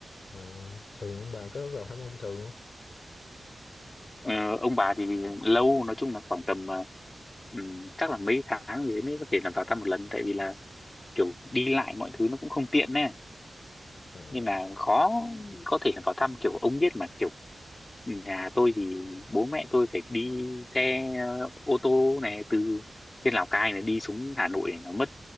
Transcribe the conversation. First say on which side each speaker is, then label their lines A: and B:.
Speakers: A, on the left; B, on the left.
A: à, thường ông bà có vào thăm ông thường không
B: ờ, ông bà thì lâu nói chung là khoảng tầm ờ, ừm, chắc là mấy tháng gì đấy mới có thể là vào thăm một lần tại vì là kiểu đi lại mọi thứ nó cũng không tiện nè
A: à,
B: nên là khó có thể là vào thăm kiểu ông biết mà kiểu ừ, nhà tôi thì bố mẹ tôi phải đi xe ờ, ô tô này từ trên Lào Cai này đi xuống Hà Nội này nó mất